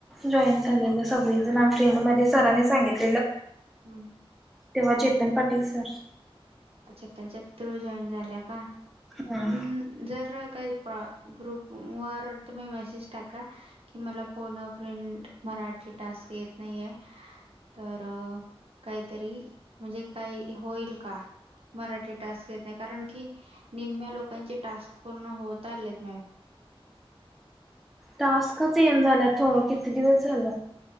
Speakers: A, in the centre; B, on the right (about 75°).
A: जॉईन झालेलं, सगळीज फ्रेंड मध्ये सरांनी सांगित
B: हम्म.
A: तेव्हा चेतन पाटील सर
B: अच्छा त्यांच्या थ्रु जॉईन झाल्या काम्
A: हम्म
B: जर ग्रुप वर तुम्ही मेसेज टाका की मला फोन अ फ्रेंड मराठी टास्क येत नाहीेये तर काहीतरी म्हणजे, काही होईल का मराठी टास्क घेत नाही, कारण की निम्म्या लोकांचे टास्क पूर्ण होत, आलेत मॅम
A: टास्कच येन झाल्यात किती दिवस झालं